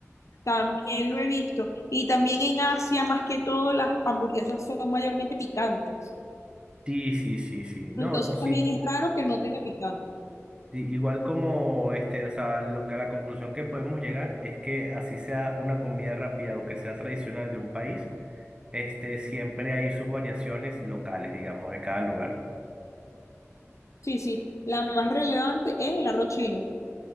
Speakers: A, on the left; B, on the right.
A: también lo he visto. Y también en Asia, más que todo, las hamburguesas son mayormente picantes.
B: sí, sí, sí, sí. No,
A: Entonces
B: sí.
A: también es raro que no tenga picante.
B: Sí, igual como este, o sea, lo que la conclusión que podemos llegar es que así sea una comida rápida o que sea tradicional de un país, este, siempre hay sus variaciones locales, digamos, de cada lugar.
A: Sí, sí. La más relevante es el arroz chino.